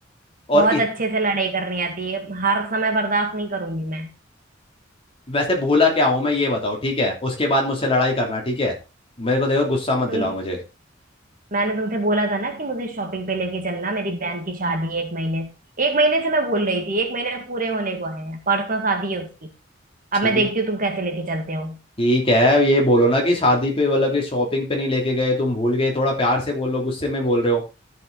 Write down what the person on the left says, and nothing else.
और
इत,
वैसे भूला क्या हूं मैं ये बताओ ठीक है उसके बाद मुझसे लड़ाई करना ठीक है मेरे को देखो गुस्सा मत
दिलाओ मुझे
ठीक
ठीक है ये बोलो ना कि शादी पे मतलब कि शॉपिंग पे नहीं लेके गए तुम भूल गए थोड़ा प्यार से बोल लो गुस्से में बोल रहे हो